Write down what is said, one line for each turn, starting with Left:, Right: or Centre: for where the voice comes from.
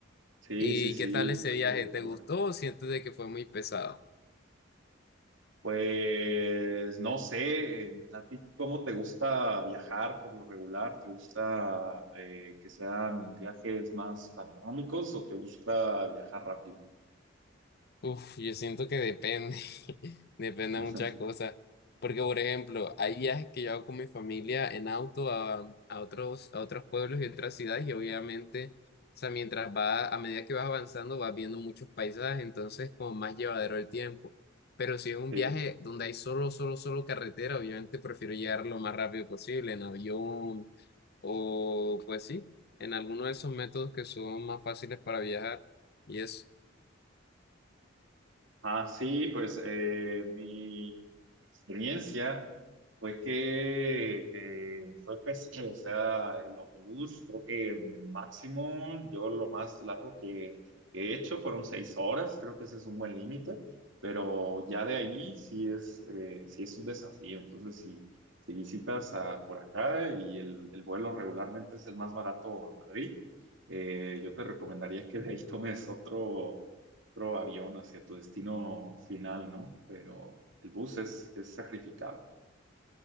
Right: sí,
Left: ¿y
Right: sí, sí,
Left: qué tal
Right: es
Left: ese
Right: algo
Left: viaje? ¿Te
Right: largo.
Left: gustó o sientes de que fue muy pesado?
Right: Pues no sé, eh, ¿a ti cómo te gusta viajar por lo regular? ¿Te gusta eh, que sean viajes más panorámicos o te gusta viajar rápido?
Left: Uf, yo siento que depende. depende
Right: <laughs>
Left: de muchas cosas. Porque, por ejemplo, hay viajes que yo hago con mi familia en auto a, a otros, a otros pueblos y otras ciudades y obviamente, o sea, mientras va, a medida que vas avanzando, vas viendo muchos paisajes, entonces como más llevadero el tiempo. Pero si es un
Right: Sí.
Left: viaje donde hay solo, solo, solo carretera, obviamente prefiero llegar lo más rápido posible, en avión o pues sí, en alguno de esos métodos que son más fáciles para viajar y eso.
Right: Ah, sí, pues eh, mi experiencia fue que eh, fue pesado, o sea, el autobús, creo que máximo, yo lo más largo que he hecho fueron seis horas, creo que ese es un buen límite, pero ya de ahí sí es, eh, sí es un desafío. Entonces, si, si visitas a, por acá y el, el vuelo regularmente es el más barato a Madrid, eh, yo te recomendaría que de ahí tomes otro. otro avión hacia tu destino final, ¿no? Pero el bus es, es sacrificado.